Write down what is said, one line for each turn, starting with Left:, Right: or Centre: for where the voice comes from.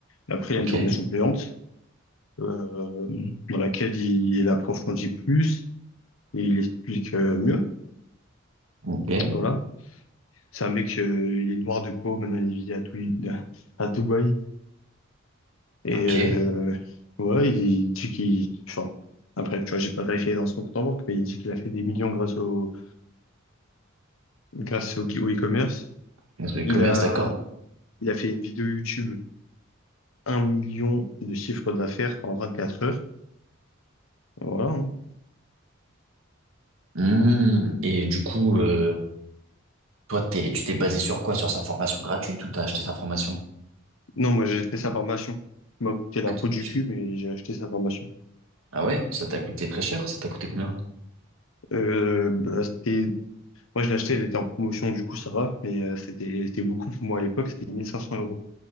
Left: Après, il
Right: ok,
Left: a une formation payante, euh, dans laquelle il, il approfondit plus et il explique euh, mieux.
Right: ok,
Left: Voilà. C'est un mec, euh, il est noir de peau, maintenant il vit à, Doui- à Dubaï. Et
Right: ok.
Left: euh, ouais, il dit qu'il... Enfin, après, tu vois, j'ai pas vérifié dans son compte en banque, mais il dit qu'il a fait des millions grâce au, grâce au au e-commerce.
Right: Donc, le commerce,
Left: Il a
Right: d'accord.
Left: Il a fait une vidéo YouTube, un million de chiffre d'affaires en 24 heures. Voilà. hein.
Right: Hmm, Et du coup, euh, toi, t'es, tu t'es basé sur quoi? Sur sa formation gratuite ou t'as acheté sa formation?
Left: Non, moi j'ai acheté sa formation. Il m'a coûté la
Right: Ah, tu-
Left: peau du
Right: tu-
Left: cul, mais j'ai acheté sa formation.
Right: ah ouais, ça t'a coûté très cher. Ça t'a coûté combien?
Left: Euh, bah, c'était... Moi je l'ai acheté, elle était en promotion, du coup ça va, mais euh, c'était c'était beaucoup pour moi à l'époque, c'était 1500 euros.